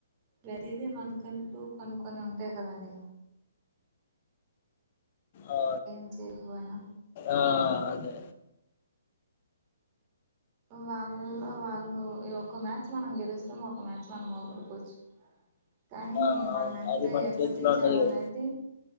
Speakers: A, on the right; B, on the left.
A: ప్రతిదీ మనుకంటు కొన్ని కొన్ని ఉంటాయి కదండి
B: ఆ
A: ఏం చేయకపోయినా
B: ఆ ఆ అదే
A: వాళ్లలో వాళ్ళు ఒక మ్యాచ్ మనం గెలుస్తాం ఒక మ్యాచ్ మనం వోడిపోవచ్చు కానీ
B: ఆ
A: మనం
B: అవును
A: ఎంత
B: అది మన
A: ఎఫర్ట్
B: చేతిలో
A: ఇచ్చాము
B: ఉండదు
A: అనేది
B: కదా